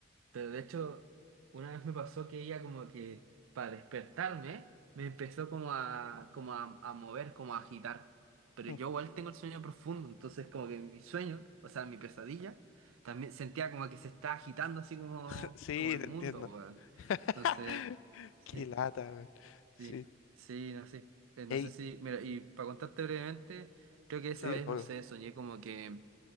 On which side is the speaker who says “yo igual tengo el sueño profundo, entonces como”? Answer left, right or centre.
Right